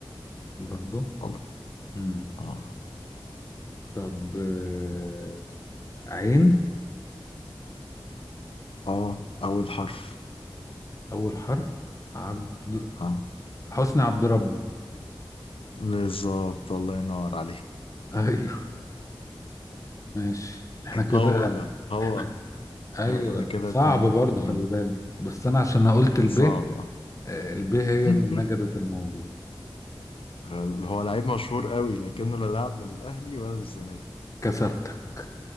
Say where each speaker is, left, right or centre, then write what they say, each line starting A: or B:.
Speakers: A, on the left; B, on the left.
A: برضو
B: والله
A: مم.
B: اه
A: طب آه، عين
B: اه أول حرف
A: اول حرف عبد
B: اه
A: حسني عبد ربه
B: بالظبط الله ينور عليك <laughs>
A: <laughs> ايوه ماشي احنا كده
B: هو ده هو
A: احنا
B: ده.
A: ايوه
B: انا كده
A: صعب
B: اتنين
A: برضو
B: اتنين
A: خلي بالك بس انا عشان أنا قلت الب
B: صعبة
A: آه، الب هي
B: <laughs>
A: اللي نجدت الموضوع
B: غل- هو لعيب مشهور قوي لكنه لا لاعب لا للأهلي ولا للزمالك
A: كسبتك